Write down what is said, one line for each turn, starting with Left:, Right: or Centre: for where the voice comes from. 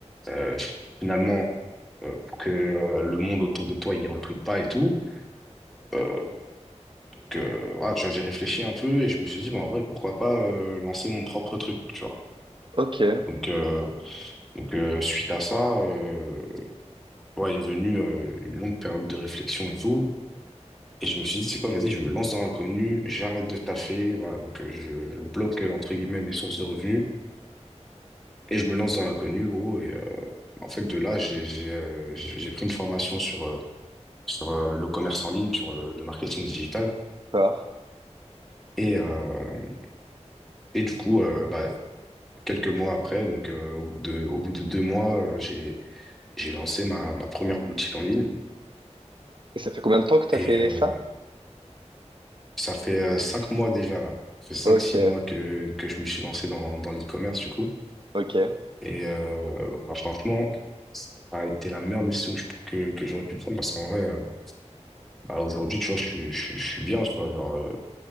Centre: Euh, finalement, euh, pour que euh, le monde autour de toi, il recrute pas et tout. Euh, que, voilà, tu vois, j'ai réfléchi un peu et je me suis dit, bah, en vrai, pourquoi pas euh, lancer mon propre truc, tu vois.
Right: Ok.
Centre: Donc, euh, donc euh, suite à ça, euh, ouais, est venue euh, une longue période de réflexion et tout. Et je me suis dit, c'est quoi, vas-y, je me lance dans l'inconnu, j'arrête de taffer, voilà, donc euh, je, je bloque, euh, entre guillemets, mes sources de revenus, et je me lance dans l'inconnu, gros, Et, euh, En fait, de là, j'ai j'ai, euh, j'ai- j'ai pris une formation sur, euh, sur euh, le commerce en ligne, sur le, le marketing digital.
Right: D'accord.
Centre: Et, euh, et du coup, euh, bah, quelques mois après, donc euh, au bout de, au bout de deux mois, euh, j'ai, j'ai lancé ma, ma première boutique en ligne.
Right: Et ça fait combien de temps que t'as
Centre: Et
Right: fait
Centre: euh,
Right: ça?
Centre: ça fait euh, cinq mois déjà, là. Ça fait cinq,
Right: Ok.
Centre: six mois que, que je me suis lancé dans, dans l'e-commerce, du coup.
Right: Ok.
Centre: Et euh, bah, franchement, ça a été la meilleure décision que, je- que, que j'aurais pu prendre parce qu'en vrai, euh, bah, aujourd'hui, tu vois, je suis, je, suis je suis bien, tu vois, genre, euh,